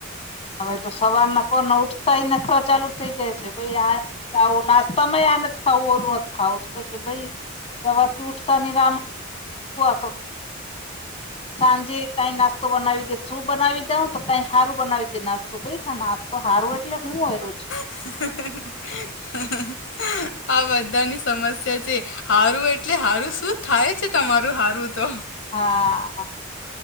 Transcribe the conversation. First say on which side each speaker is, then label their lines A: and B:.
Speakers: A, on the left; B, on the left.
A: હવે તો સવાર ના પોરના ઉઠતાઈ નખરા ચાલુ થઈ જાય છે કોઈ આ નાસ તમે આ નથ ખાઉ ઓ મત ખાઉ તો પછી ભઈ સવાર થી ઊઠતા નનહીં <unintelligible> સાંજે કઈ નાસ તો બનાવી દે શું બનાવી દઉં તો કઈ હારું બનાવી દ બે નાસ્તો ભઈ હા નાસ્તો તો હારવું એટલે હું હોય રોઝ.
B: આ બધાં ની સમસ્યા છે. હારું એટલે હારું શું થાય છે તમારું હારું તો.
A: હા.